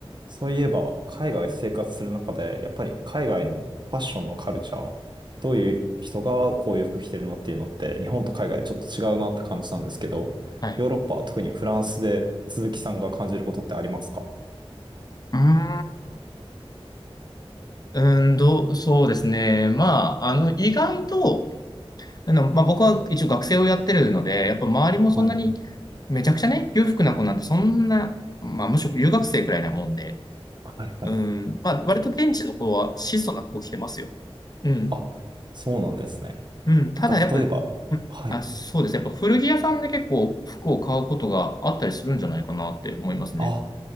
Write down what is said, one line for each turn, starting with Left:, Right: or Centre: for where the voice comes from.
Right: そういえば、海外生活する中で、やっぱり海外のファッションのカルチャー、どういう人がこういう服着てるのっていうのって、日本と海外でちょっと違うなって感じたんですけど、
Left: はい。
Right: ヨーロッパ、特にフランスで鈴木さんが感じることってありますか
Left: うーん、うーんどう、そうですね。まあ、あの、意外と、あの、まあ、僕は一応学生をやってるので、やっぱ周りもそんなに、
Right: はい。
Left: めちゃくちゃね、裕福な子なんてそんな、まあ、むしろ留学生くらいなもんで、
Right: はいはい。
Left: うん、まあ、割と現地の子は質素な服を着てますよ。うん。
Right: あ、そうなんですね。
Left: うん。ただ、
Right: なんか例えば、
Left: やっぱ、うんあ、
Right: はい。
Left: そうですねやっぱ古着屋さんで結構服を買うことがあったりするんじゃないかなって思いますね。
Right: あ、